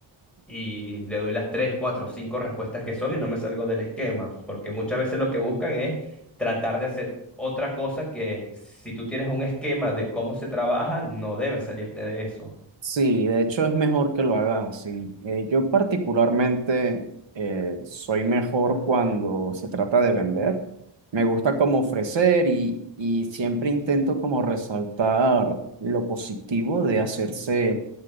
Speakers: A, in the centre; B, on the right.
A: y le doy las tres, cuatro, cinco respuestas que son y no me salgo del esquema, porque muchas veces lo que buscan es tratar de hacer otra cosa que si tú tienes un esquema de cómo se trabaja, no debes salirte de eso.
B: Sí, de hecho es mejor que lo hagas así. Eh, yo particularmente eh, soy mejor cuando se trata de vender. Me gusta como ofrecer y, y siempre intento como resaltar lo positivo de hacerse